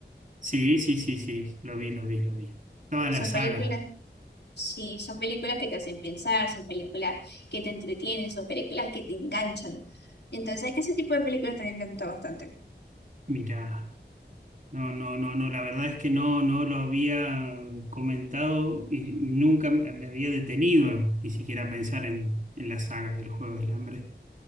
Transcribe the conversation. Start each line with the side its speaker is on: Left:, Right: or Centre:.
Right: sí, sí, sí, sí, lo vi, lo vi, lo vi. Toda la
Left: Son
Right: saga,
Left: películas Sí, son películas que te hacen pensar, son películas que te entretienen, son películas que te enganchan. Entonces, ese tipo de películas también me gusta bastante.
Right: mirá. No, no, no, no, la verdad es que no, no lo había comentado y nunca me me había detenido ni siquiera a pensar en, en la saga del Juego del Hambre.